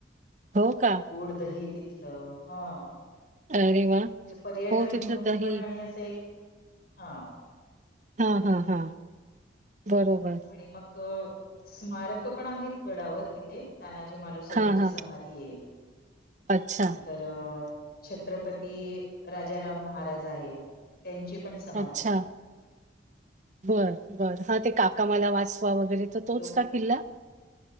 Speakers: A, on the right; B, on the left.
A: हो का
B: गोड दही तिथलं हा..
A: अरे वा
B: म्हणजे पर्यटन
A: हो तिथलं
B: म्हणून
A: दही
B: पण आणि असं एक.. हा
A: हा हा हा बरोबर
B: आणि मग स्मारक पण आहेत गडावर तिथे. तानाजी मालुसरे
A: हा
B: यांची
A: हा
B: समाधी आहे
A: अच्छा
B: नंतर अ छत्रपती राजाराम महाराज आहेत त्यांची पण समाधी
A: अच्छा
B: आहे
A: बर बर हा ते काका मला वाच वगैरे तोच
B: लोक
A: का किल्ला.